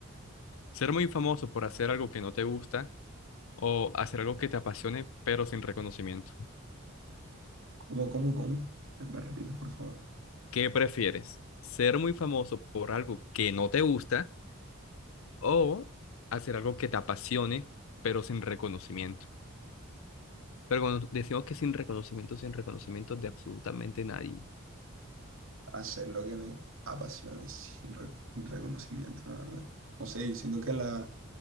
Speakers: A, on the left; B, on the right.
A: Ser muy famoso por hacer algo que no te gusta o hacer algo que te apasione pero sin reconocimiento.
B: ¿Cómo, cómo, cómo? ¿Me, me repites, por favor?
A: ¿Qué prefieres? ¿Ser muy famoso por algo que no te gusta o hacer algo que te apasione pero sin reconocimiento? Pero cuando decimos que sin reconocimiento, sin reconocimiento de absolutamente nadie,
B: hacer lo que me apasione sin re- reconocimiento, la verdad. No sé, yo siento que las